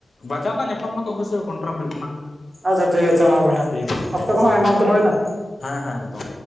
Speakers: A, on the left; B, on the right.
A: ᱵᱟᱡᱟᱨ ᱞᱟᱝ ᱧᱟᱯᱟᱢ ᱞᱮᱠᱷᱟᱱ ᱚᱵᱚᱥᱥᱳᱭ ᱠᱚᱱᱴᱨᱟᱠᱴ ᱦᱩᱭᱩᱜ ᱠᱟᱱᱟ
B: ᱟᱪᱪᱷᱟ ᱴᱷᱤᱠ ᱟᱪᱮ ᱟᱪᱷᱷᱟ ᱢᱟ ᱵᱚᱭᱦᱟ
A: ᱴᱷᱤᱠ ᱟᱪᱷᱮ
B: ᱞᱚᱠᱛᱚ
A: ᱴᱷᱤᱠ ᱟᱪᱷᱮ
B: ᱠᱚᱦᱚᱸ ᱟᱭᱢᱟ ᱩᱛᱟᱹᱨ ᱦᱩᱭᱱᱟ᱾
A: ᱦᱮᱸ- ᱦᱮᱸ ᱮᱠᱫᱚᱢ